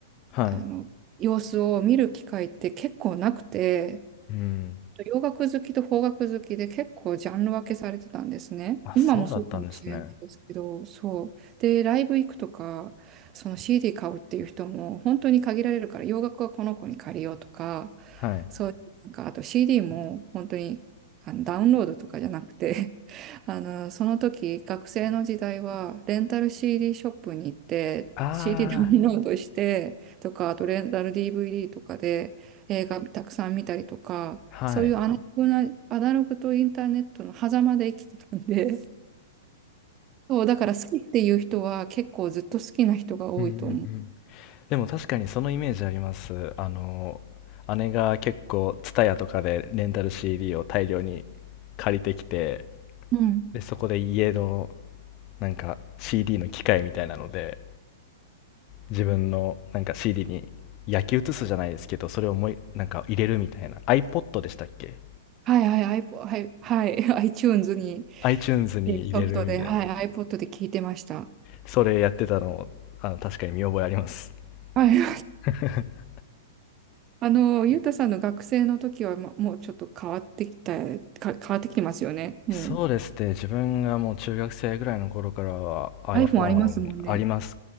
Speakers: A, on the left (about 30°); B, on the right (about 25°).
A: はい。
B: あの、様子を見る機会って結構なくて、
A: うん。
B: 洋楽好きと邦楽好きで結構ジャンル分けされてたんですね。
A: あ、
B: 今もそうかもしれないですけど、
A: そうだったんですね。
B: そう。で、ライブ行くとか、その CD 買うっていう人も本当に限られるから、洋楽はこの子に借りようとか、
A: はい。
B: そういう、なんか、あと CD も本当にあのダウンロードとかじゃなくて <laughs> あの、その時、学生の時代は、レンタル CD ショップに行って、
A: あ
B: CD ダウンロードしてとか、あとレンタル DVD とかで映画たくさん見たりとか、
A: ー、はい。
B: そういうアナログな、アナログとインターネットの狭間で生きてたんで、そう、だから好きっていう人は結構ずっと好きな人が多いと思う。
A: うんうんうんでも確かにそのイメージあります。あの、姉が結構、TSUTAYA とかでレンタル CD を大量に借りてきて、
B: うん。
A: で、そこで家の、なんか、CD の機械みたいなので、自分の、なんか CD に焼き写すじゃないですけど、それをもうい、なんか入れるみたいな。iPod でしたっけ
B: はいはい、iPod、はい、はい、<laughs> iTunes に
A: ?iTunes に入れるみたいな。
B: ソフトで、はい、iPod で聞いてました。
A: それやってたの、あの、確かに見覚えあります。
B: はい、<laughs>
A: <laughs>
B: あの、ゆうたさんの学生の時は、ま、もうちょっと変わってきた、か、変わってきてますよね。もう
A: そうですね。自分がもう中学生ぐらいの頃からは iPhone
B: iPhone ありますもんね。
A: ありまし